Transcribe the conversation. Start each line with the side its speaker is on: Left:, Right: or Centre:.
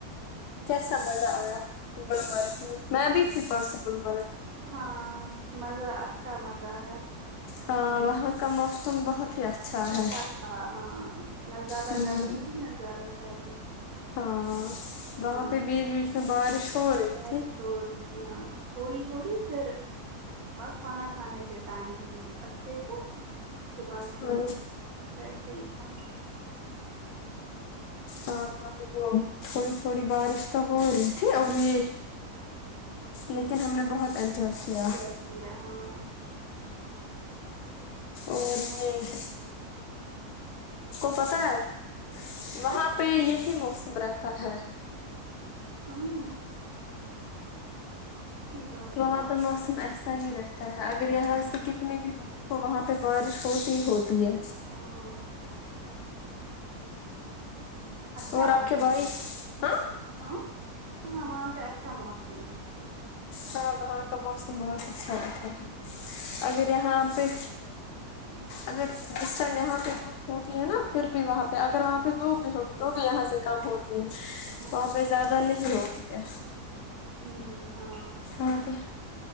Left: کیسا مزہ آیا گلبرگہ میں میں بھی تھی پرسو گلبرگہ
Right: ہاں مزہ اچھا مزہ آیا
Left: ہاں وہاں کا موسم بہت ہی
Right: اچھا
Left: ہے
Right: تھا ہاں نہ زیادہ
Left: ہوں
Right: گرمی تھی نہ زیادہ سردی
Left: ہاں وہاں
Right: ہاں
Left: پہ بیچ بیچ میں بارش ہو رہی
Right: بارش
Left: تھی
Right: ہو رہی تھی ہاں تھوڑی تھوڑی پھر کھانا کھانے کے ٹائم ہوگی اچھے سے اس کے بعد پھر
Left: ہاں
Right: ویسے ہی تھا
Left: ہاں، وہاں پہ تو تھوڑی تھوڑی بارش تو ہو رہی تھی
Right: ہاں
Left: اور یہ لیکن ہم نے بہت انجوائے کیا
Right: انجوائے کیا ہاں
Left: اور بھی کو پتا ہے وہاں
Right: ہاں
Left: پہ یہی موسم رہتا ہے
Right: ہاں اچھی بات
Left: وہاں
Right: ہے
Left: پہ موسم ایسا ہی رہتا ہے اگر یہاں سے کتنی بھی دھوپ ہو وہاں پہ بارش ہوتی ہی ہوتی ہے
Right: ہاں اچھا
Left: اور
Right: موسم
Left: آپ کے بھائی
Right: ہے
Left: ہاں
Right: ہاں ہاں وہاں سے اچھا موسم ہے
Left: ہاں وہاں کا موسم بہت اچھا رہتا ہے اگر یہاں پہ اگر جس ٹائم یہاں پہ برف ہوتی ہے نا پھر بھی وہاں پہ اگر وہاں پہ دھوب بھی ہوگی تو بھی یہاں سے کم ہوتی ہے
Right: ہوں
Left: وہاں پہ زیادہ نہیں ہوتی ہے
Right: ہوں ہاں
Left: وہاں پہ